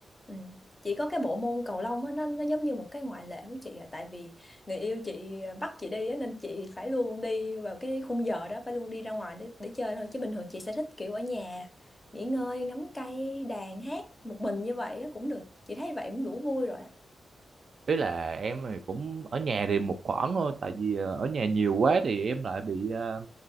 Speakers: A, on the left; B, on the right.
A: Ừ. Chỉ có cái bộ môn cầu lông á nó nó giống như một cái ngoại lệ của chị à tại vì người yêu chị ờ, bắt chị đi á nên chị phải luôn đi vào cái khung giờ đó phải luôn đi ra ngoài để để chơi thôi chứ bình thường chị sẽ thích kiểu ở nhà nghỉ ngơi ngắm cây đàn hát một mình như vậy á cũng được. Chị thấy vậy cũng đủ vui rồi á.
B: ý là em thì cũng ở nhà thì một khoảng thôi tại vì ờ, ở nhà nhiều quá thì em lại bị ờ,